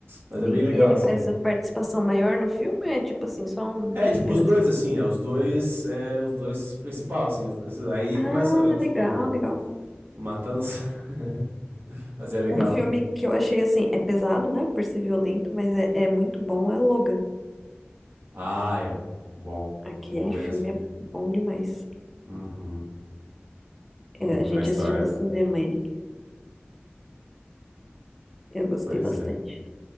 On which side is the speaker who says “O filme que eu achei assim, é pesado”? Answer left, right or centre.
Centre